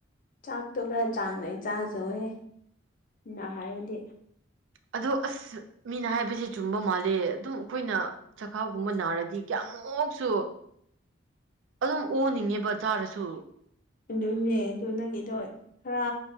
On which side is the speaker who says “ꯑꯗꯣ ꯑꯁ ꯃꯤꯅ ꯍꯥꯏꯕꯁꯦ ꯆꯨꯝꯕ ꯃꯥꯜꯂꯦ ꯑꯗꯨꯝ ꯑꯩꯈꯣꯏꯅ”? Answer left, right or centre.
Right